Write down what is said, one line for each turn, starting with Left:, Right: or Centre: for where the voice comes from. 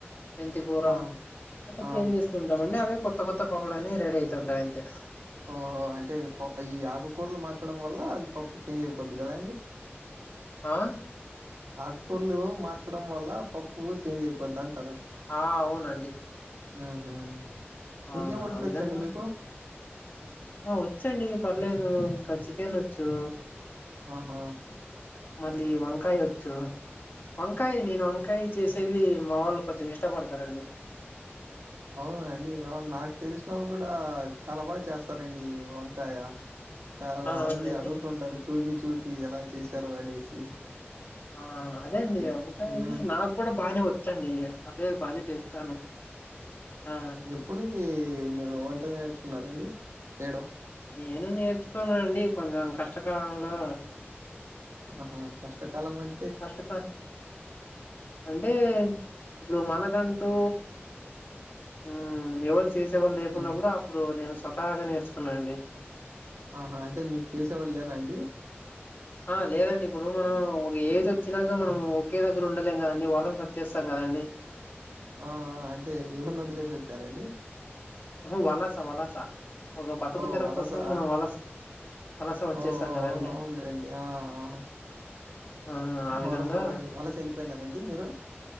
Left: మెంతికూర
Right: హ్మ్ ఆ
Left: అట్ల
Right: ఆ
Left: చేంజ్ ఉంటామండి అవే కొత్త కొత్త పొగడ అని రెడీ అయితుంటాయి అంతే
Right: ఓహో అంటే ఈ ఆకుకూరలు మార్చడం వల్ల అది పప్పు చేంజ్ అయిపోద్ది గదా అండి
Left: ఆ
Right: ఆకుకూర్లు మార్చడం వల్ల పప్పు చేంజ్ అయిపోద్ద అంటాన
Left: ఆ అవునండి
Right: ఆహా ఇంకేమ్
Left: ఆ!
Right: వంటలు
Left: ఆ విధంగా
Right: వచ్చండి మీకు
Left: ఆ వచ్చండి పర్లేదు ఇకా చికెన్ వచ్చు
Right: ఆహా
Left: మళ్ళీ వంకాయ వచ్చు వంకాయ నేను వంకాయ్ చేసేది మా వాళ్ళు కొంచెం ఇష్టపడతారండి
Right: అవునా అండి అవు నాకు తెలిసిన వాళ్ళు గూడ చాలా బాగా చేస్తారండి ఈ వంకాయ చాల
Left: అవునవునులేండి.
Right: మంది అడుగుతుంటారు చూపి చూపి ఎలా చేసారు అనేసి
Left: ఆ అదే అండి
Right: అంటే
Left: అందుకని
Right: హ్మ్.
Left: నాకు గూడా బానే వచ్చండి పర్లేదు బానే చేస్తాను ఆ
Right: ఎప్పనుంచి మీరు వంట నేర్చుకున్నారండి చేయడం
Left: నేను నేర్చుకోన్నా అండి కొంచెం కష్టకాలంలో
Right: ఆహా కష్టకాల మం
Left: కష్టక అంటే ఇప్పుడు మనకంటూ ఉమ్ ఎవరు చేసేవాళ్ళు లేకున్న
Right: హ్మ్.
Left: గూడ అప్పుడు నేను స్వతహాగ నేర్చుకున్నా అండి
Right: ఆహా అంటే మీకు చేసేవాళ్ళు లేర అండి
Left: ఆ లేదండి ఇప్పుడు మనం ఒక ఏజ్ వచ్చినాక మనం ఒకే దగ్గర ఉండలేం గదండి వలస వచ్చేస్తాం గదండి
Right: ఆ అంటే ఎవర్ని వదిలేసి వచ్చారండి
Left: ఆహా వలస వలస ఒక బతుకుతెరువు
Right: ఓ వలసా?
Left: కోసం మనం వలస వలస వచ్చేస్తాం
Right: ఓ ఓ
Left: గదండి
Right: అవును అవునులేండి. ఆ
Left: ఆ ఆ విధంగా
Right: వలస వలస యెళ్ళిపోయినారండి మీరు